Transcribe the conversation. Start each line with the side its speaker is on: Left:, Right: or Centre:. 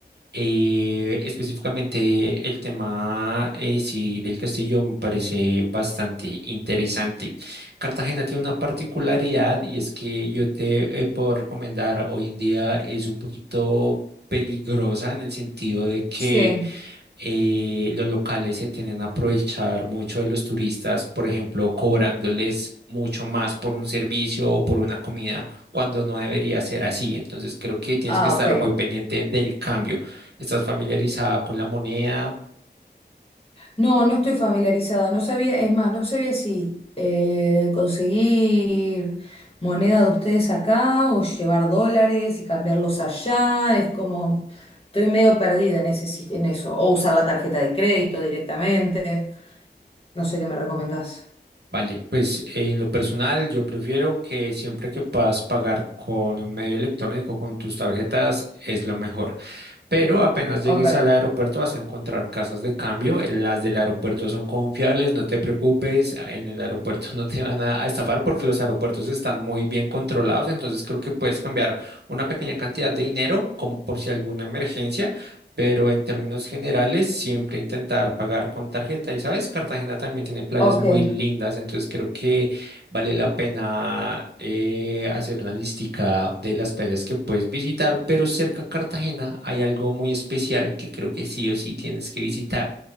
Right: Eh, específicamente el tema eh, sí, del castillo me parece bastante interesante. Cartagena tiene una particularidad y es que yo te eh, puedo recomendar, hoy en día es un poquito peligrosa en el sentido de que
Left: sí.
Right: eh, los locales se tienden a aprovechar mucho de los turistas, por ejemplo, cobrándoles mucho más por un servicio o por una comida, cuando no debería ser así. Entonces, creo que tienes
Left: Ah,
Right: que estar
Left: ok.
Right: muy pendiente del cambio. ¿Estás familiarizada con la moneda?
Left: No, no estoy familiarizada, no sabía, es más, no sabía si eh, conseguir moneda de ustedes acá o llevar dólares y cambiarlos allá, es como, estoy medio perdida en ese, sis- en eso, o usar la tarjeta de crédito directamente, no sé qué me recomendás.
Right: Vale, pues en lo personal yo prefiero que siempre que puedas pagar con un medio electrónico, con tus tarjetas, es lo mejor. Pero apenas llegues
Left: Ok,
Right: al aeropuerto vas a encontrar casas de cambio. Las del aeropuerto son confiables, no te preocupes. En el aeropuerto <laughs> no te van a a estafar porque los aeropuertos están muy bien controlados. Entonces creo que puedes cambiar una pequeña cantidad de dinero como por si alguna emergencia. Pero en términos generales, siempre intentar pagar con tarjeta. Y sabes, Cartagena también tiene playas
Left: ok.
Right: muy lindas. Entonces creo que Vale la pena eh, hacer una listica de las playas que puedes visitar, pero cerca a Cartagena hay algo muy especial que creo que sí o sí tienes que visitar